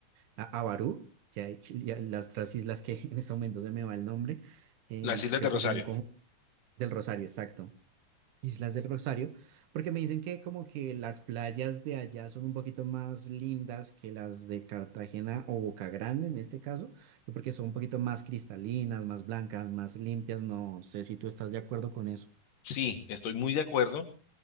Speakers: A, on the right; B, on the left.
A: a, a Barú, y a- y a <laughs> las otras islas que <laughs> en ese momento se me va el nombre, eh,
B: Las Islas
A: que creo
B: de Rosario.
A: que son Conjunto del Rosario, exacto. Islas del Rosario, porque me dicen que como que las playas de allá son un poquito más lindas que las de Cartagena o Boca Grande en este caso, y porque son un poquito más cristalinas, más blancas, más limpias, no sé si tú estás de acuerdo con eso.
B: Sí, estoy muy de acuerdo.